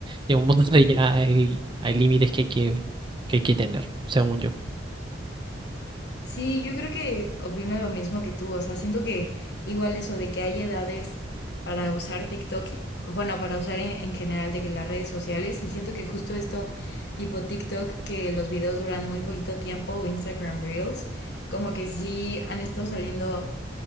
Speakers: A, on the right; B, on the left.
A: Llega un punto <laughs> donde ya hay, hay límites que hay que, que hay que tener, según yo.
B: Sí, yo creo que opino lo mismo que tú, o sea, siento que igual eso de que hay edades para usar TikTok, y- bueno, para usar en, en general de que las redes sociales, y siento que justo esto tipo TikTok, que los videos duran muy poquito tiempo, o Instagram Reels, como que sí han estado saliendo